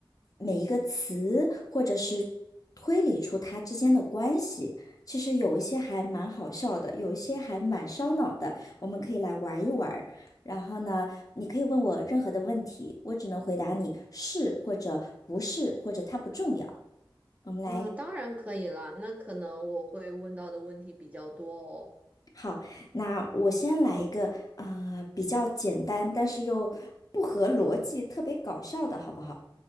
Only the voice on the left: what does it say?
每一个词，或者是推理出它之间的关系。其实有一些还蛮好笑的，有一些还蛮烧脑的，我们可以来玩一玩儿然后呢，你可以问我任何的问题，我只能回答你是或者不是，或者它不重要。我们来
好，那我先来一个呃比较简单，但是又不合逻辑、特别搞笑的，好不好？